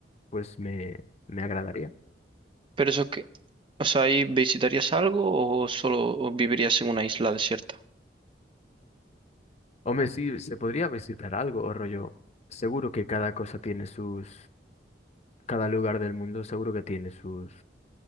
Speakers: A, on the left (about 40°); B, on the right (about 30°).
A: pues me, me agradaría.
B: ¿Pero eso qué? O sea, ¿ahí visitarías algo o solo o vivirías en una isla desierta?
A: Hombre, sí, se podría visitar algo, o rollo. Seguro que cada cosa tiene sus, cada lugar del mundo seguro que tiene sus